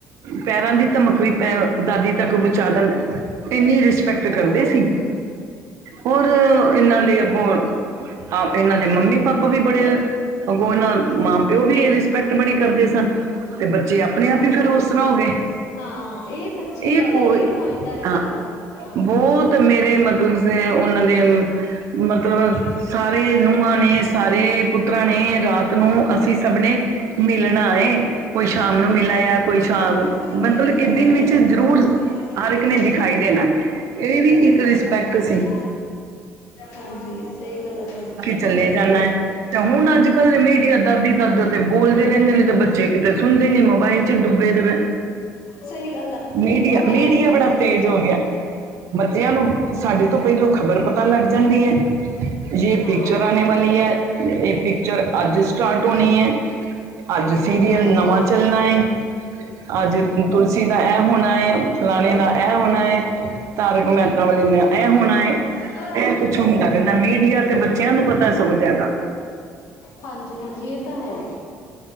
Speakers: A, on the right; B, on the left.
A: ਪੈਰਾ ਦੀ ਧਮਕ ਵੀ ਪੈ ਦਾਦੀ ਤੱਕ ਪਹੁੰਚਾਦਨ ਇੰਨੀ ਰਿਸਪੈਕਟ ਕਰਦੇ
B: ਹਾਂ
A: ਸੀ। ਔਰ
B: ਹੁਣ ਦੇ ਦੇਖ
A: ਇੰਨਾ ਦੀ
B: ਲੋ
A: ਅੱਗੋਂ ਇਹਨਾਂ ਦੇ ਮੰਮੀ ਪਾਪਾ ਵੀ ਬੜੇ ਅਗੋਂ ਇਹਨਾਂ ਮਾਂ ਪਿਓ ਵੀ ਇਹਦੇ ਪੈਕਟ ਬੜੀ ਕਰਦੇ ਸਨ ਤੇ ਬੱਚੇ ਆਪਣੇ ਆਪ
B: ਹਮ
A: ਹੀ ਫਿਰ ਉਸ ਤਰ੍ਹਾਂ ਹੋ ਗਏ।
B: ਹਾਂ ਇਹ ਸੱਚੀ
A: ਇਹ
B: ਗੱਲ
A: ਕੋਈ
B: ਆ ਵੀ ਪੁਆਇੰਟ ਵਾਲੀ
A: ਹਾ
B: ਗੱਲ ਆ ਹਾਂ
A: ਬਹੁਤ ਮੇਰੇ ਮਤਲਬ ਦੇ ਉਨਾ ਦੇ ਮਤਲਬ
B: ਹਾਂਜੀ।
A: ਸਾਰੇ ਈ ਨੂੰਹਾ ਨੇ ਸਾਰੇ ਪੁੱਤਰਾ ਨੇ ਰਾਤ ਨੂੰ ਅਸੀ ਸਭ ਨੇ ਮਿਲਣਾ ਏ। ਕੋਈ ਸ਼ਾਮ ਨੂੰ ਮਿਲ ਆਇਆ ਕੋਈ ਸ਼ਾਮ
B: ਉਹ ਸਮਝਣ
A: ਮਤਲਬ
B: ਕਹਿੰਦਾ
A: ਇਹ ਦਿਨ
B: ਮੈਂ
A: ਵਿੱਚ
B: ਤੁਹਾਨੂੰ
A: ਜ਼ਰੂਰ
B: ਏਦਾਂ ਕਿਹਾ
A: ਹਰ ਇੱਕ ਨੇ ਦਿਖਾਈ ਦੇਣਾ ਇਹ ਵੀ
B: ਆਪਣੇ
A: ਇੱਕ
B: ਘਰ
A: ਰਿਸਪੈਕਟ
B: ਜਾ ਤੂੰ
A: ਸੀ।
B: ਹਾਂਜੀ ਸਹੀ ਗੱਲ ਹੈ ਤੁਹਾਡੀ। ਬਿਲਕੁਲ
A: ਚਲੇਆ
B: ਸਹੀ
A: ਜਾਣਾ
B: ਗੱਲ ਆ
A: ਤੇ ਹੁਣ ਅੱਜ-ਕੱਲ੍ਹ ਦੇ ਮੀਡੀਆ ਦਾਦੀ-ਦਾਦਾ ਤੇ ਬੋਲਦੇ ਰੈੰਦੇ ਨੇ ਤੇ ਬੱਚੇ ਕਿਦਰ ਸੁਣਦੇ ਨੀ ਮੋਬਾਈਲ ਚ ਡੁਬੇ ਦੇ ਨੇ।
B: ਸਹੀ ਗੱਲ ਆ
A: ਮੀਡੀਆ,
B: ਮੋਬਾਇਲ
A: ਮੀਡੀਆ
B: ਚ ਫਸੇ
A: ਬੜਾ
B: ਰਹਿੰਦੇ
A: ਤੇਜ਼ ਹੋ ਗਿਆ। ਬੱਚਿਆ ਨੂੰ
B: ਹਾਂਜੀ
A: ਸਾਡੇ ਤੋਂ ਪੈਲੋ ਖ਼ਬਰ ਪਤਾ ਲੱਗ ਜਾਂਦੀ ਏ। ਯੇ
B: ਹਾਂ।
A: ਪਿੱਚਰ ਆਣੇ ਵਾਲੀ ਐ, ਏ ਪਿਚਰ ਅੱਜ ਸਟਾਰਟ ਹੋਣੀ ਏ। ਅੱਜ ਸੀਰੀਅਲ
B: ਹਾਂਜੀ।
A: ਨਵਾ ਚੱਲਣਾ ਏ। ਅੱਜ ਤੁਲਸੀ ਦਾ ਐ ਹੋਣਾ ਏ, ਫਲਾਣੇ ਦਾ ਐ ਹੋਣਾ ਏ ਤਾਰਕ ਮੈਤਾ ਵਾਲੇ ਨੇ ਐ ਹੋਣਾ ਏ
B: ਅਸੀਂ ਤਾਂ ਰਹਿ
A: ਐ ਕੁੱਛ ਹੁੰਦਾ ਰੈੰਦਾ ਮੀਂ ਡੀਆ ਤੇ ਬੱਚਿਆ ਨੂੰ ਪਤਾ ਸਗੋ ਜਾਦਾ।
B: ਹਾਂਜੀ ਹਾਂਜੀ, ਏ ਤਾਂ ਹੈ।